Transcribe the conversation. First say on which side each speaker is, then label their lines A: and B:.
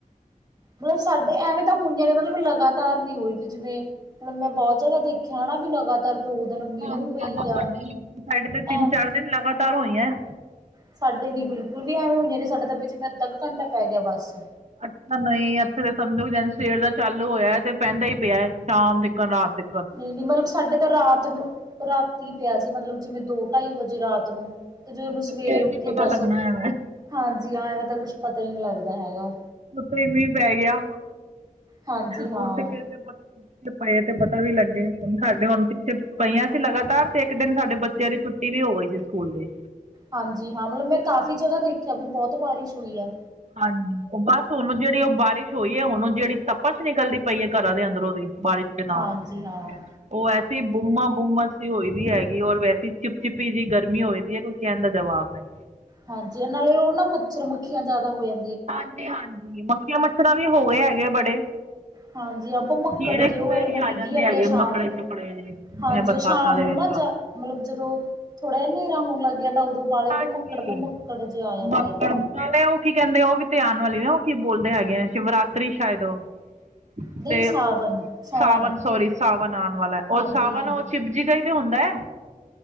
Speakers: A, on the right (about 30°); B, on the right (about 55°).
A: ਮਤਲਬ ਸਾਡੇ ਐਵੇਂ ਤਾਂ ਹੋਈਆਂ ਨੇ ਮਤਲਬ ਲਗਾਤਾਰ ਨੀ ਹੋਈ ਵੀ ਜਿਵੇਂ ਮਤਲਬ ਮੈਂ ਬੋਹ ਜਗਾ ਦੇਖਿਆ ਹਨਾ ਵੀ ਲਗਾ ਪਰ ਦੋ ਦਿਨ ਮੀਂਹ
B: ਹਾਂਜੀ,
A: ਹੀ ਪਈ
B: ਇਧਰ
A: ਗਿਆ।
B: ਸਾਡੇ ਆਲੀ ਸਾਇਡ ਤੇ ਤਿੰਨ-ਚਾਰ
A: ਐਵੇਂ
B: ਦਿਨ ਲਗਾਤਾਰ ਹੋਈਆਂ।
A: ਸਾਡੇ ਨੀ ਬਿਲਕੁਲ ਵੀ ਐਵੇਂ ਹੋਈਆਂ ਨੇ ਸਾਡੇ ਦਾ ਬੀ ਜੇ ਅੱਧਾ ਅ ਕੁ ਘੰਟਾ ਪੈ ਗਿਆ ਬੱਸ।
B: ਅੱਛਾ ਨਹੀਂ, ਇੱਥੇ ਤਾਂ ਸਮਝੋ ਸਵੇਰ ਦਾ ਚਾਲੂ ਹੋਇਆ 'ਤੇ ਪੈਂਦਾ ਹੀ ਪਿਆ ਸ਼ਾਮ ਤ ਕਨ ਰਾਤ ਤ
A: ਨਹੀਂ-ਨਹੀਂ, ਮਤਲਬ ਸਾਡੇ ਤਾਂ ਰਾਤ ਨੂੰ ਰਾਤੀ ਪਿਆ ਸੀ, ਮਤਲਬ ਜਿਵੇਂ ਦੋ- ਢਾਈ ਵਜੇ ਰਾਤ ਨੂੰ। ਤੇ ਜਦੋਂ ਸਵੇਰੇ
B: ਫੇਰ
A: ਉੱਠੇ
B: ਕੀ ਪਤਾ
A: ਬਸ
B: ਲੱਗਣਾ ਹੈਗਾ
A: ਹਾਂਜੀ ਹਾਂ, ਓ ਤਾਂ ਕੁਛ ਪਤਾ ਹੀ ਨਹੀਂ ਲਗਦਾ ਹੈਗਾ।
B: ਤੇ ਮੀਂਹ ਪੈ ਗਿਆ,
A: ਹਾਂਜੀ ਹਾਂ
B: ਉਹ ਤੇ ਕਿਸੇ ਦੇ ਪਏ 'ਤੇ ਪਤਾ ਵੀ ਲੱਗੇ, ਸਾਡੇ ਹੁਣ ਕਿੱਥੇ ਪਈਆਂ ਸੀ ਲਗਾਤਾਰ ਤੇ ਇੱਕ ਦਿਨ ਸਾਡੇ ਬੱ ਤੇਰੀ ਛੁੱਟੀ ਵੀ ਹੋ ਗਈ ਸੀ ਸਕੂਲ ਦੀ।
A: ਹਾਂਜੀ-ਹਾਂ, ਮਤਲਬ ਮੈਂ ਕਾਫ਼ੀ ਜਗ੍ਹਾ ਦੇਖਿਆ ਵੀ ਬਹੁਤ ਬਾਰਿਸ਼ ਹੋਈ ਆ।
B: ਹਾਂਜੀ, ਬਸ ਉਹਨੂੰ ਜਿਹੜੀ ਉਹ ਬਾਰਿਸ਼ ਹੋਈ ਐ, ਉਹਨੂੰ ਜਿਹੜੀ ਤਪਸ਼ ਨਿਕਲਦੀ ਪਈ ਏ, ਘਰਾਂ ਦੇ ਅੰਦਰ ਉਹਦੀ ਬਾਰਿਸ਼ ਦੇ ਨਾਲ
A: ਹਾਂਜੀ ਹਾਂ
B: ਉਹ ਐਸੀ ਬੁਮਾ-ਬੁਮਾਸ ਦੀ ਹੋਈਦੀ ਹੈਗੀ, ਔਰ ਵੈਸੀ ਚਿਪ-ਚਿਪੀ ਜਿਹੀ ਗਰਮੀ ਹੋਈਦੀ ਏ, ਕੁਛ ਕਹਿਣ ਦਾ ਜਵਾਬ ਹੈ।
A: ਹਾਂਜੀ, ਇਹ ਨਾਲੇ ਉਹ ਨਾ ਮੱਛਰ-ਮੱਖੀਆਂ ਜ਼ਿਆਦਾ ਹੋ ਜਾਂ
B: ਹਾਂਜੀ-ਹਾਂਜੀ, ਮੱਖੀਆਂ-ਮੱਛਰਾਂ ਵੀ ਹੋ ਗਏ ਹੈਗੇ, ਬੜੇ।
A: ਹਾਂਜੀ, ਆ ਭਮੱਕੜ
B: ਕੀੜੇ
A: ਜੇ
B: ਕੂੜੇ
A: ਉਹ ਐਵੇਂ
B: ਵੀ
A: ਡਿੱਗੀ ਜਾਂਦੇ
B: ਹੈਗੇ
A: ਆ ਸ਼ਾਮ
B: ਮੱਕੜੇ
A: ਨੂੰ,
B: ਚੱਕੜੇ ਜਿਹੇ
A: ਹਾਂਜੀ,
B: ਇਹ ਬਰਸਾਤਾਂ
A: ਸ਼ਾਮ
B: ਦੇ
A: ਨੂੰ
B: ਵਿੱਚ
A: ਨਾ ਜਾ ਮਤਲਬ ਜਦੋਂ ਥੋੜਾ ਜਾ ਹਨੇਰਾ ਹੋਣ ਲੱਗ ਜਾਂਦਾ, ਉਦੋਂ ਬਾਅਲੇ
B: ਹਾਂਜੀ
A: ਭਮੱਕੜ-ਭੁੰਮੱਕੜ ਜੇ ਆ ਜਾਂਦੇ
B: ਮੱਕੜ
A: ਆ।
B: ਨਾਲੇ ਉਹ ਕੀ ਕਹਿੰਦੇ ਉਹ ਵੀ 'ਤੇ ਆਣ ਵਾਲੀ ਨੇ ਉਹ ਕੀ ਬੋਲਦੇ ਹੈਗੇ ਆ, ਸ਼ਿਵਰਾਤਰੀ ਸ਼ਾਇਦ ਉਹ।
A: ਨਹੀਂ
B: ਤੇ
A: ਸਾਵਣ
B: <inaudible>
A: ਸਾਉਣ
B: ਸਾਵਨ ਸੋਰੀ, ਸਾਵਨ ਆਣ ਵਾਲਾ ਏ, ਉਹ
A: ਹਾਂਜੀ-ਹਾਂਜੀ,
B: ਸਾਵਨ ਉਹ ਸ਼ਿਵਜੀ ਦਾ ਈ ਹੁੰਦਾ ਐ।